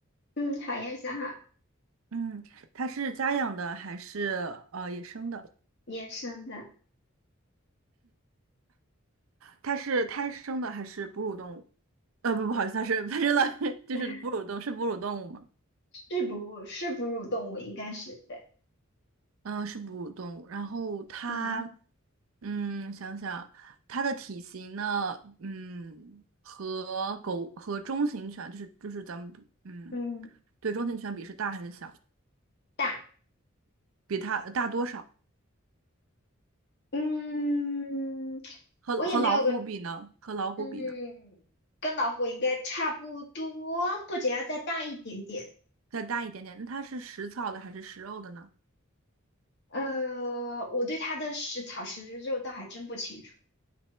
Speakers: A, on the left; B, on the right.
A: 嗯，好呀，想好，
B: 嗯，它是家养的还是呃野生的？
A: 野生的，
B: 它是胎生的还是哺乳动物？呃，不，不好意思，它是它是老 <laughs> 就是哺乳动是哺乳动物吗？
A: <laughs> 是哺乳是哺乳动物，应该是对。
B: 嗯、呃是哺乳动物。然后它，
A: 嗯
B: 嗯，想想它的体型呢，嗯，和狗和中型犬就是就是咱们嗯，
A: 嗯。
B: 对中型犬比是大还是小？
A: 大。
B: 比它大多少？
A: 嗯，
B: 和和老虎比呢？
A: 我也没有个，
B: 和老虎比呢？
A: 嗯，跟老虎应该差不多，或者要再大一点点。
B: 再大一点点。那它是食草的还是食肉的呢？
A: 呃，我对它的食草食肉倒还真不清楚。